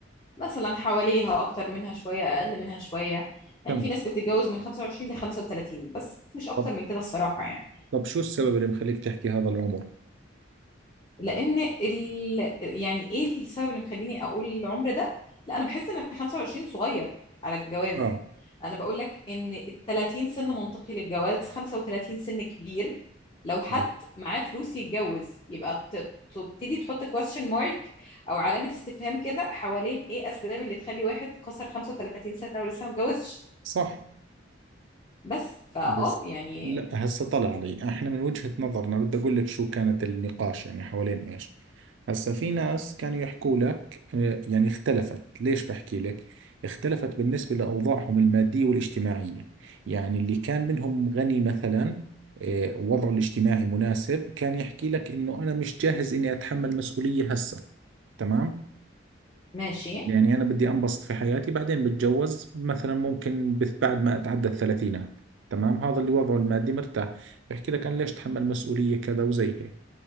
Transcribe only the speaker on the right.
تمام
طب
طب شو السبب اللي مخليك تحكي هذا العمر؟
آه
آه
صح
بس
لا هسه طلع علي احنا من وجهة نظرنا بدي اقول لك شو كانت النقاش يعني حوالين ايش هسه في ناس كانوا يحكوا لك آه، يعني اختلفت ليش بحكي لك اختلفت بالنسبة لأوضاعهم المادية والاجتماعية يعني اللي كان منهم غني مثلا آه، وضعه الاجتماعي مناسب كان يحكي لك انه انا مش جاهز اني اتحمل مسؤولية هسه تمام
يعني أنا بدي أنبسط في حياتي بعدين بتجوز مثلا ممكن بث- بعد ما أتعدى الثلاثينات تمام هذا اللي وضعه المادي مرتاح بحكي لك أنا ليش تحمل مسؤولية كذا وزي هيك